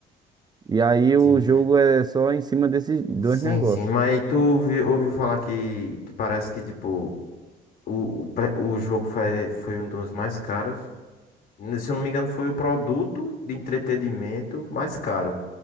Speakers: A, on the right; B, on the left.
A: E aí
B: Sim.
A: o jogo é só em cima desses dois
B: Sim,
A: negócios.
B: sim. Mas tu vi- ouviu falar que, que parece que, tipo, o, o, pre- o jogo foi, foi um dos mais caros. Se eu não me engano, foi o produto de entretenimento mais caro.